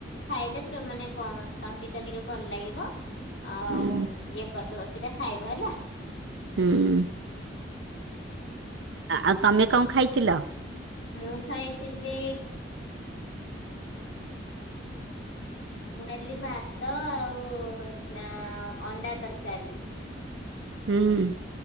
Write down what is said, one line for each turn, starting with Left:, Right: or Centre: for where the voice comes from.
Left: ଖାଇଲେ ସେ ମାନେ କଣ ତଣ୍ଟି ଟା ଟିକେ ଭଲ ଲାଗିବ, ଆଉ
Right: ହୁଁ
Left: ଇଏ କରଦବ ସେଇଟା ଖାଇବ ହେଲା।
Right: ହୁଁ। ଆଉ ତମେ କଣ ଖାଇଥିଲ?
Left: ମୁଁ ଖାଇଥିଲି ମୁଁ ଖାଇଥିଲି ଭାତ ଆଉ ଅ ଅଣ୍ଡା ତରକାରୀ।
Right: ହୁଁ।